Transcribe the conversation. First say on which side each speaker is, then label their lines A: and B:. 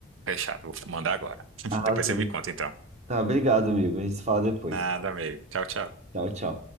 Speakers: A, on the right; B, on the right.
A: Fechado. Vou mandar agora. <laughs>
B: Arrasou.
A: Depois você me conta, então.
B: Tá, obrigado, amigo. A gente se fala depois.
A: Nada, amigo. Tchau, tchau.
B: Tchau, tchau.